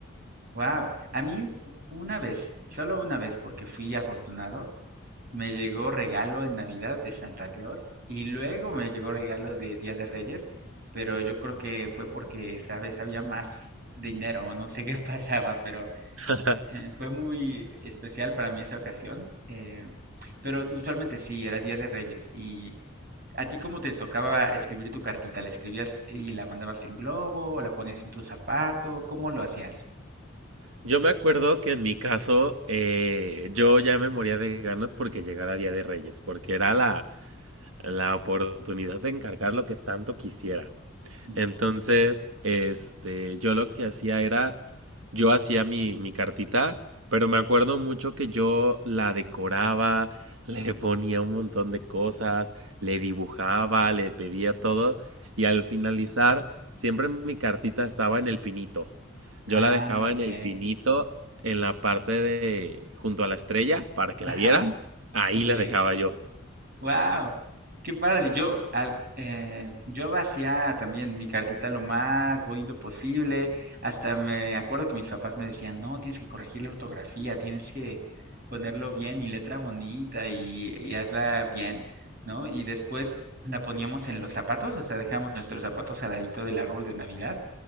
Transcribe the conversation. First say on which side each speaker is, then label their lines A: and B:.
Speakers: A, on the right (about 50°); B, on the right (about 80°).
A: Wow. A mí una vez, solo una vez porque fui afortunado, me llegó regalo en Navidad de Santa Claus y luego me llegó regalo de Día de Reyes, pero yo creo que fue porque esa vez había más dinero, no sé <laughs> qué pasaba, pero
B: <laughs>
A: <laughs> fue muy especial para mí esa ocasión. eh, pero usualmente sí, era Día de Reyes. ¿Y a ti cómo te tocaba escribir tu cartita? ¿La escribías y la mandabas en globo? ¿O la ponías en tu zapato? ¿Cómo lo hacías?
B: Yo me acuerdo que en mi caso, eh, yo ya me moría de ganas porque llegara Día de Reyes, porque era la, la oportunidad de encargar lo que tanto quisiera.
A: Mm,
B: Entonces, este, yo lo que hacía era, yo hacía mi, mi cartita, pero me acuerdo mucho que yo la decoraba, <laughs> le ponía un montón de cosas, le dibujaba, le pedía todo, y al finalizar, siempre mi cartita estaba en el pinito. Yo
A: Ah,
B: la dejaba
A: ok.
B: en el pinito, en la parte de, junto a la estrella, para que
A: Ajá,
B: la vieran. Ahí
A: ok.
B: la dejaba yo.
A: Wow, qué padre. Yo, al- eh, yo hacía también mi cartita lo más bonito posible. Hasta me acuerdo que mis papás me decían, no, tienes que corregir la ortografía, tienes que ponerlo bien y letra bonita y, y hazla bien, ¿no? Y después la poníamos en los zapatos, o sea, dejamos nuestros zapatos al ladito del árbol de Navidad